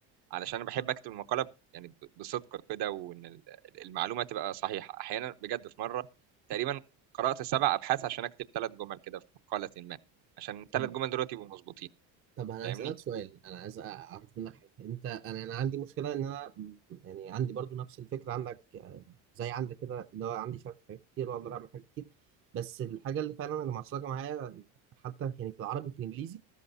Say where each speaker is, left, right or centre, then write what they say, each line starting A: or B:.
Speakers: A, on the right; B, on the right.
A: علشان انا بحب اكتب المقاله ب- يعني ب- بصدق كده وان ال- المعلومه تبقى صحيحه احيانا بجد في مره تقريبا قرات سبع ابحاث عشان اكتب ثلاث جمل كده في مقاله ما عشان الثلاث
B: طب
A: جمل دول يبقوا مظبوطين
B: طب انا
A: فاهمني
B: هسألك سؤال انا عايز اعرف منك حاجه انت انا انا عندي مشكله ان انا م- يعني عندي برضو نفس الفكره عندك آه، زي عندك كده اللي هو عندي شغف في حاجات كتير واقدر اعمل حاجات كتير بس الحاجه اللي فعلا اللي معصلجه معايا حتى يعني في العربي في الانجليزي